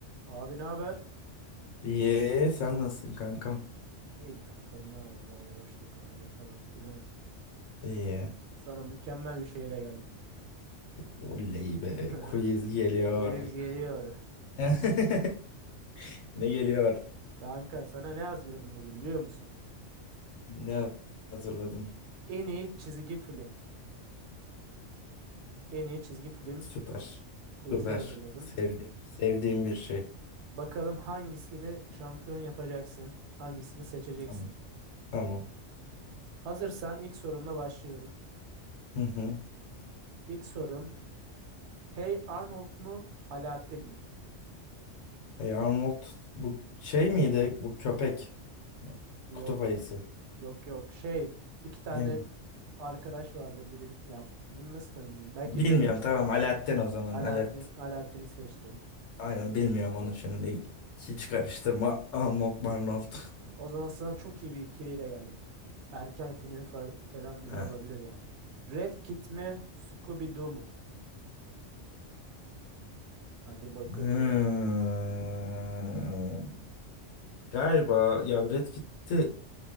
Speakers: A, on the right; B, on the left.
A: Abi ne haber?
B: İyi, sen nasılsın kankam?
A: İyiyim kankam ne yapalım aynı boş takılmaca falan filan.
B: İyi.
A: Sana mükemmel bir şeyle geldim.
B: Oley be,
A: <laughs>
B: quiz geliyor.
A: Quiz geliyor.
B: <laughs> Ne geliyor?
A: Kanka sana ne hazırladım bugün biliyor musun?
B: Ne hazırladın?
A: En iyi çizgi film. En iyi çizgi film
B: Süper.
A: quiz'i
B: Süper.
A: hazırladım.
B: Sevdiğim, sevdiğim bir şey.
A: Bakalım hangisini şampiyon yapacaksın? Hangisini seçeceksin?
B: Tamam. Tamam.
A: Hazırsan ilk sorumla başlıyorum.
B: Hı hı.
A: İlk sorum Hey Arnold mu? Aladdin mi?
B: E, Arnold bu şey miydi? Bu köpek. Ne?
A: Yok
B: Kutup ayısı.
A: yok yok şey iki tane
B: Ne bu?
A: arkadaş vardı biri. Ya bunu nasıl tanımlayayım? Belki
B: Bilmiyorum
A: izlememiş
B: tamam
A: de olabilir.
B: Alaaddin o zaman
A: Alaaddin,
B: Alaaddin.
A: Alaaddin'i seçtim.
B: Aynen bilmiyorum onu şimdi. Hiç karıştırma. Arnold Marnold.
A: O zaman sana çok iyi bir ikiliyle geldim. Erken final fa- falan bile
B: Ha.
A: olabilir yani. Red Kit mi, Scooby Doo mu? Hadi bakalım.
B: Hmm. Galiba ya Red Kit'te